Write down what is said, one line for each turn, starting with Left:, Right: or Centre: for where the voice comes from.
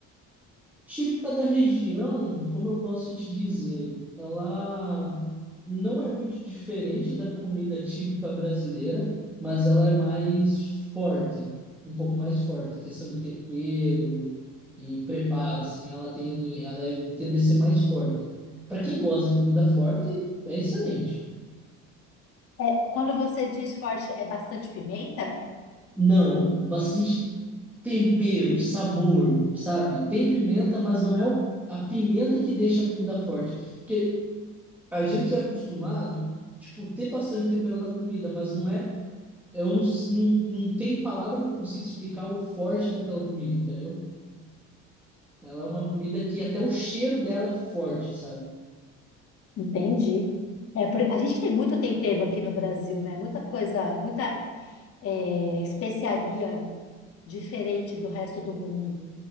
Centre: Típica da região, como eu posso te dizer, ela não é muito diferente da comida típica brasileira, mas ela é mais forte, um pouco mais forte, questão de tempero e preparo, assim, ela tem, ela é, tende a ser mais forte. Para quem gosta de comida forte, é excelente.
Left: É, quando você diz forte, é bastante pimenta?
Centre: Não, bastante tempero, sabor, sabe? Tem pimenta, mas não é o- a pimenta que deixa a comida forte. Porque A gente é acostumado, tipo, ter bastante tempero na comida, mas não é. Eu não, não, não tem palavra que eu consiga explicar o forte daquela comida, entendeu? Ela é uma comida que até o cheiro dela é forte, sabe?
Left: Entendi. É, por- a gente tem muito tempero aqui no Brasil, né? Muita coisa, muita é, especiaria diferente do resto do mundo.